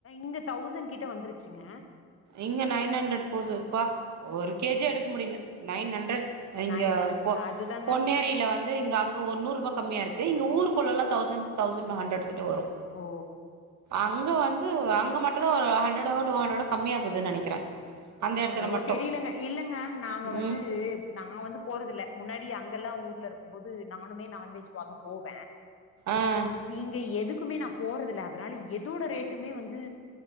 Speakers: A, on the left; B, on the right.
A: இங்க தௌசண் கிட்ட வந்துருச்சுங்க
B: இங்க நைன் ஹண்ட்ரட் போது ப்பா ஒரு கே ஜே எடுக்க முடில நைன் ஹண்ட்ரட் இங்க
A: நைன் ஹண்
B: போ
A: அதுதாங்க
B: பொன்னேரியில வந்து இங்க அங் ஒரு நூற்ரூபா கம்மியா இருக்கு இங்க ஊருக்குள்ளல்லா தௌசன்ட் தௌசண்ட் ஹண்ட்ரட்கிட்ட வரு
A: ஓ
B: அங்க வந்து அங்க மட்டுதா ஒரு ஹண்ட்ரடோ டூ ஹண்ட்ரடோ கம்மியா இக்குதுனு நெனைக்கிறே அந்த எடத்துல
A: என்னவோ
B: மட்டு
A: தெரிலங்க இல்லங்க நாங்க வந்து
B: ம்
A: நா வந்து போறதில்ல முன்னாடி அங்கெல்லா ஊர்ல இருக்கும் போது நானுமே நான்வெஜ் வாங்க போவ
B: ஆ
A: இங்க எதுக்குமே நா போறதில்ல அதனால எதோட ரேட்டுமே வந்து